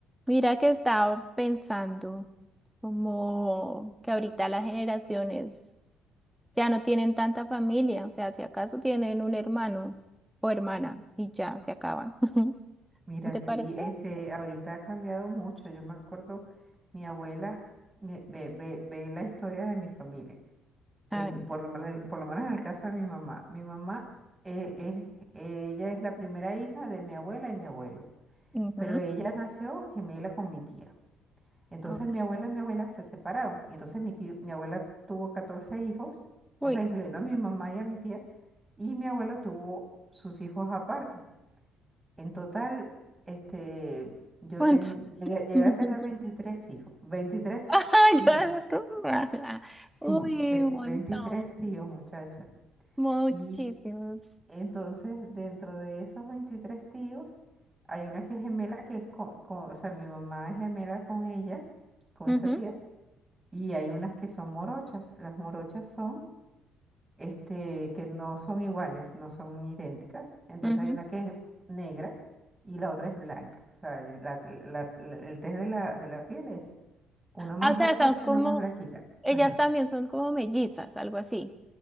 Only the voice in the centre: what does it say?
Mira que estaba pensando como que ahorita las generaciones ya no tienen tanta familia, o sea, si acaso tienen un hermano o hermana y ya se acaba. <laughs>
¿No te
parece?
A
ver.
ujú,
ok.
Uy,
¿cuántos?
<laughs>
Ah,
yo- <laughs>
Uy,
un montón.
Muchísimos.
Ujú,
ujú.
Ah, O sea,
son como,
ellas
también son como mellizas, algo así.